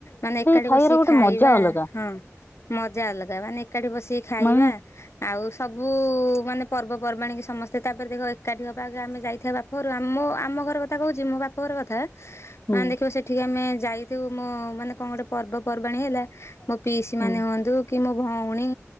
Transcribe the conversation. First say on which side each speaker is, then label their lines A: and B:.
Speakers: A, on the left; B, on the left.
A: ମାନେ ଏକାଠି
B: ଖାଇବାର
A: ବସିକି
B: ଗୋଟେ
A: ଖାଇବା।
B: ମଜା ଅଲଗା
A: ହଁ। ମଜା ଅଲଗା, ମାନେ ଏକାଠି ବସିକି ଖାଇବା।
B: ମାନେ
A: ଆଉ ସବୁ ମାନେ ପର୍ବପର୍ବାଣୀ କି ସମସ୍ତେ ତାପରେ ଦେଖବ ଏକାଠି ହବା ଆଗ ଆମେ ଯାଇଥାଥିବା ବାପ। ଘରୁ ଆମ ଆମ ଘର କଥା କହୁଛି ମୋ ବାପା ଘର କଥା।
B: ହୁଁ।
A: ମାନେ ଦେଖିବ ସେଠିକି ଆମେ ଯାଇଥିବୁ ମୋ ମାନେ କଣ ଗୋଟେ ପର୍ବପର୍ବାଣୀ ହେଲା ମୋ ପିଇସି।
B: ହୁଁ।
A: ମାନେ ହୁଅନ୍ତୁ କି ମୋ ଭଉଣୀ।